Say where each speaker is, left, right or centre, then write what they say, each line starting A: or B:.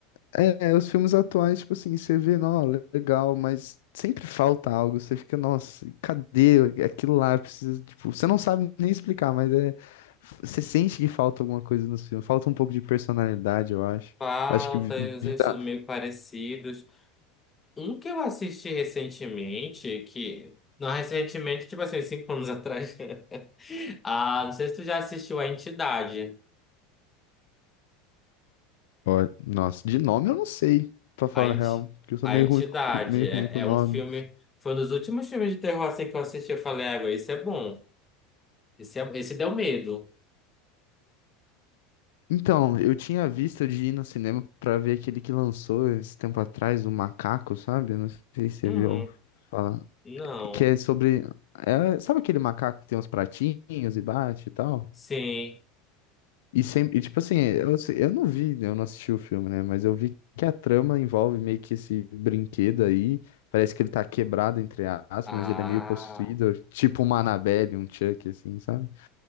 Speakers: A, on the left; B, on the left.
A: é, é, os filmes atuais, tipo assim, você vê, não, legal, mas sempre falta algo, você fica, nossa, cadê aquilo lá? Eu preciso, tipo, você não sabe nem explicar, mas é você sente que falta alguma coisa nos filmes, falta um pouco de personalidade, eu acho.
B: Falta,
A: Acho que vi-
B: eles
A: virar,
B: são meio parecidos. Um que eu assisti recentemente, que. Não, recentemente, tipo assim, cinco anos atrás. <laughs> Ah, não sei se tu já assistiu A Entidade.
A: ó, nossa, de nome eu não sei, pra falar
B: A, Enti-
A: a real, porque eu sou
B: a
A: meio
B: Entidade
A: ruim, com- meio
B: é,
A: ruim com
B: é
A: nome.
B: um filme. Foi um dos últimos filmes de terror assim, que eu assisti. Eu falei, água, esse é bom. Esse, é, esse deu medo.
A: Então, eu tinha visto de ir no cinema pra ver aquele que lançou esse tempo atrás, o Macaco, sabe? Não sei se você
B: Hum,
A: viu falar.
B: não.
A: Que é sobre. é, sabe aquele macaco que tem uns pratinhos e bate e tal?
B: Sim.
A: E sempre. e, tipo assim, eu, se- eu não vi, né, eu não assisti o filme, né? Mas eu vi que a trama envolve meio que esse brinquedo aí. Parece que ele tá quebrado, entre aspas,
B: Ah,
A: mas ele é meio possuído, tipo uma Annabelle, um Chuck, assim, sabe?